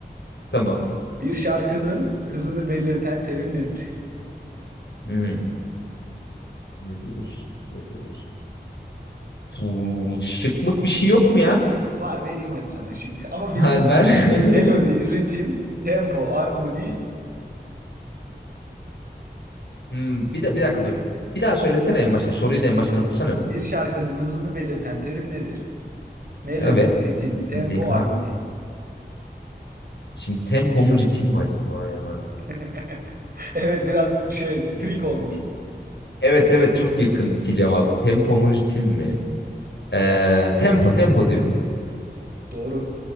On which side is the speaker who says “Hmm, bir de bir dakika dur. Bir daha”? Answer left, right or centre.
Left